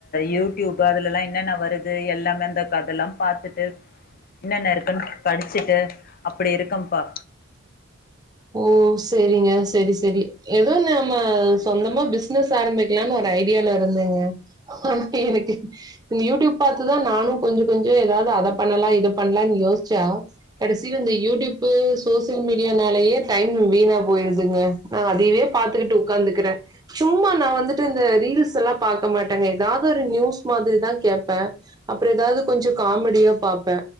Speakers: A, on the left; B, on the right.
A: யூடியூப்பு அதுலல்லாம் என்னென்ன வருது எல்லாமே அந்த கதல்லா பாத்துட்டு என்னென்ன இருக்குன்னு படிச்சுட்டு அப்டி இருக்கம்பா
B: ஓ செரிங்க செரி செரி ஏதோ நம்ம சொந்தமா பிஸ்னஸ் ஆரம்பிக்கலானு ஒரு ஐடியால இருந்தேங்க ஆ எனக்கு இந்த யூடியூப் பாத்துதா நானும் கொஞ்ச கொஞ்ச ஏதாது அத பண்ணலா இது பண்ணலான்னு யோஸ்ச்சா கடசில இந்த யூடியூப்பு சோசியல் மீடியானாலயே டைம் வீணா போயிருதுங்க நா அதயவே பாத்துக்கிட்டு உக்காந்துக்கிற சும்மா நா வந்துட்டு இந்த ரீல்ஸ் எல்லாம் பாக்க மாட்டங்க ஏதாது ஒரு நியூஸ் மாத்ரிதா கேட்பே அப்புற ஏதாது கொஞ்ச காமெடியோ பாப்ப